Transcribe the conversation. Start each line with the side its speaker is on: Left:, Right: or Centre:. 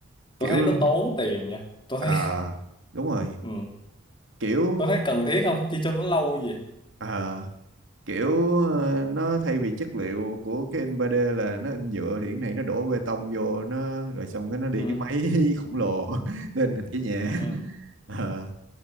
Left: tôi
Right: Kiểu
Left: thấy nó tốn tiền nha tôi
Right: à
Left: thấy
Right: đúng rồi,
Left: <laughs> ừ.
Right: kiểu
Left: tôi thấy cần thiết không chỉ cho nó lâu gì
Right: à kiểu ờ, nó thay vì chất liệu của cái in 3D là nó in nhựa thì cái này nó đổ bê tông vô nó rồi xong cái nó đi
Left: ừ.
Right: cái máy <laughs> khổng lồ <laughs> nên hình cái nhà.
Left: Ừ. ừ.
Right: Ờ,